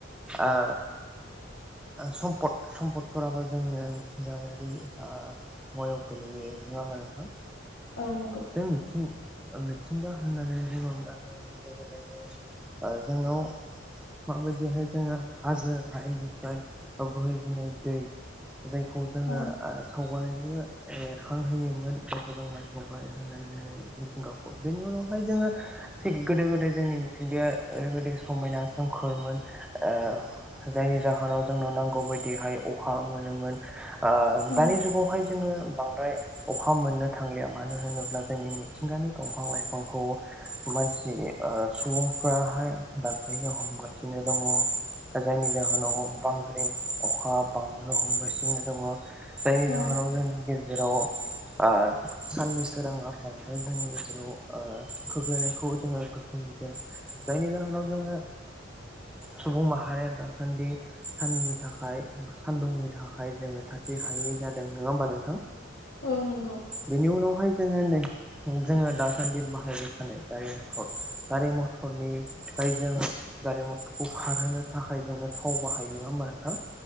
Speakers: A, in the centre; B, on the left.
A: ओ सम्फद सम्पदफोराबो जोंनि मिथिंगायारि ओ मुवायाव गोलैयो नङा होमबा नोंथां?
B: औ नंगौ
A: बे मिथिं। ओ मिथिंगा होननानै बुङोब्ला जोङो गोदो गोदाय ओ जोंनाव माबायदिहाय जोङो हाजो हायेननिफ्राय ओ बोहैबोनाय दै जायखौ जोङो
B: औ
A: ओ सावगारि <unintelligible> एरखां होयोमोन जायखौ जों <unintelligible> <unintelligible> होननानै बुङोमोन मिथिंगाखौ बेनि उनावहाय जोङो गोदो गोदाय जोंनि मिथिंगाया ओरैबायदि समायना सोमखोरमोन ओ जायनि जाहोनाव जोंनो नांगौ बायदिहाय अखा मोनोमोन। आं
B: औ
A: दानि जुगावहाय जोङो बांद्राय अखा मोननो थांलिया मानो मानो होनोब्ला जोंनि मिथिंगानि दंफां लाइफांखौ मानसि ओ सुबुंफ्राहाय दानफैनो हमगासिनो दङ जायनि जाहोनाव बांग्रिं अखा बांबोनो हमगासिनो दङ। जायनि
B: औ
A: जाहोनाव जोंनि गेज जेराव। ओ। साननि सोराङा बांद्राय जोंनि गेजेराव ओ खोख्लैनायखौ जोङो गोख्रों नुदों जायनि जाहोनाव जोङो सुबुं माहारिया दासान्दि साननि थाखाय सानदुंनि थाखाय जोङो थाथि हायि जादों नङा होमबा नोंथां।
B: औ नंगौ।
A: बेनि उनावहाय जोङो नै जोङो दासान्दि बाहायो। <unintelligible> गारि मथरनिफ्राय जों गारि मथरखौ खारहोनो थाखाय जोङो थाव बाहायो नङा होनबा नों हो